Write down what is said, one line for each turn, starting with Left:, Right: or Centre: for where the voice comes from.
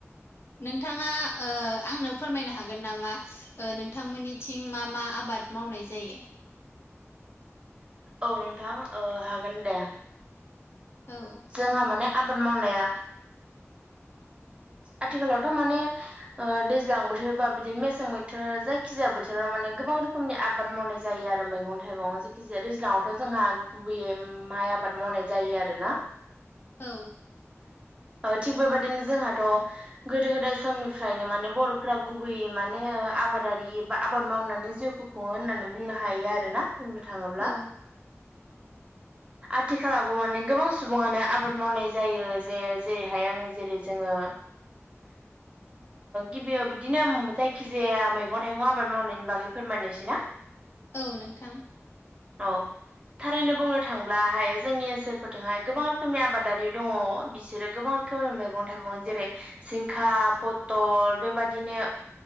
Left: नोंथाङा आंनो फोरमायनो हागोन नामा? नोंथांमोननिथिं मा मा आबाद मावनाय जायो?
Right: औ नोंथां हागोन दे।
Left: औ।
Right: जोंहा माने आबाद मावनाया आथिखालावथ' माने दैज्लां बोथोर बा बिदिनो मेसें बोथोर जायखिजाया बोथोरा माने गोबां रोखोमनि आबाद मावनाय जायो आरो मैगं थाइगं जेखि जाया दैज्लाङावथ' जोंहा गुबैयै माइ आबाद मावनाय जायो आरोना।
Left: औ।
Right: थिग बे बादिनो जोंहाथ' गोदो गोदाय समनिफ्रायनो माने बर'फोरा गुबैयै माने आबादारि बा आबाद मावनानै जिउ खुङो होननानै बुंनो हायो आरोना। बुंनो थाङोब्ला
Left: औ
Right: आथिखालावबो माने गोबां सुबुङानो आबाद मावनाय जायो जे जेरैहाय आङो जेरै जोङो गिबियाव बिदिनो जायखिजाया मैगं थाइगं आबाद मावनायनि बागै फोरमायनोसै ना।
Left: औ नोंथां।
Right: औ थारैनो बुंनो थांब्लाहाय जोंनि ओनसोलफोरजोंहाय गोबां रोखोमनि आबादारि दङ बिसोरो गोबां रोखोमनि मैगं थाइगं जेरै जिंखा, पथल बेबादिनो